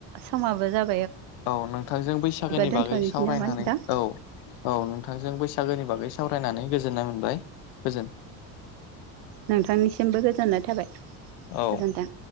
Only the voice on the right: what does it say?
समाबो जाब
दोनथ'नोसै
नामा नोंथां
नोंथांनिसिमबो गोजोननाय थाबाय
गोजोन्थों।